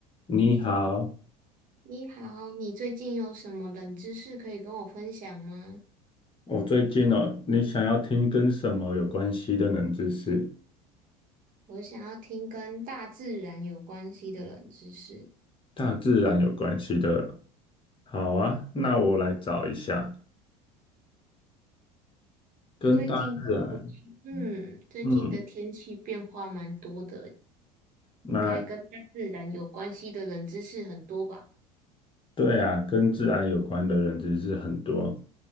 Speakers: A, on the left (about 25°); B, on the right (about 45°).
A: 你好，
B: 你好，你最近有什么冷知识可以跟我分享吗？
A: 我最近哦，你想要听跟什么有关系的冷知识？
B: 我想要听跟大自然有关系的冷知识。
A: 大自然有关系的。好啊，那我来找一下跟大自然，
B: 最近的天气，嗯，最近的天气变化蛮多的，
A: 嗯，
B: 应该跟大自然有关系的冷知识很多吧？
A: 那对啊，跟自然有关的冷知识很多。